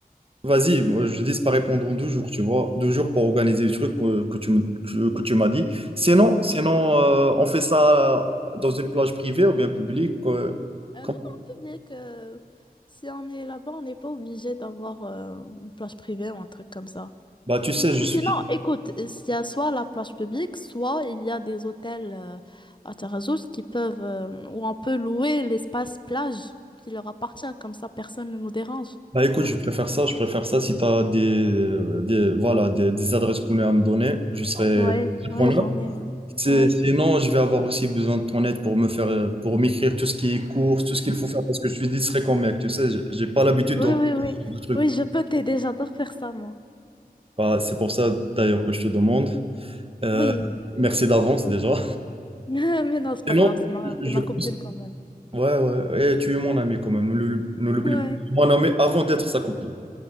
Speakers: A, on the right; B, on the left.
A: Vas-y, moi, je dis pas répondre en deux jours, tu vois, deux jours pour organiser le truc euh, que, tu me- que, que tu m'as dit. Sinon,
B: Hmm.
A: sinon euh, on fait ça euh, dans une plage privée ou bien publique. euh,
B: Euh, non,
A: comme-
B: non, public. euh, si on est là-bas, on n'est pas obligé d'avoir euh, une plage privée ou un truc comme ça.
A: Bah, tu sais, je suis.
B: Sinon, écoute, il y a soit la plage publique, soit il y a des hôtels euh, à Tarazout qui peuvent, euh, où on peut louer l'espace plage qui leur appartient, comme ça personne ne nous dérange.
A: Bah, écoute, je préfère ça, je préfère ça. Si tu as des, euh, des, voilà, des, des adresses qu'on a à me donner, je serai
B: Ouais, ouais,
A: preneur.
B: j'en ai, ouais.
A: C'est-
B: Ouais.
A: Sinon, je vais avoir aussi besoin de ton aide pour me faire, euh, pour m'écrire tout ce qui est course, tout ce qu'il faut faire, parce que je suis distrait comme mec, tu sais, j'ai j'ai pas l'habitude
B: Oui,
A: de
B: oui, oui.
A: de trucs.
B: Oui, je peux t'aider, j'adore faire ça, moi.
A: Bah, c'est pour ça d'ailleurs que je te demande. Euh,
B: Oui.
A: merci d'avance déjà.
B: <laughs> Mais non, c'est
A: Sinon,
B: pas grave, c'est ma,
A: je je
B: c'est ma
A: pense.
B: copine quand même.
A: Ouais, ouais, et tu es mon ami quand même, ne l'oublie ne l'oublie
B: Ouais.
A: pas. Mon ami avant d'être sa copine.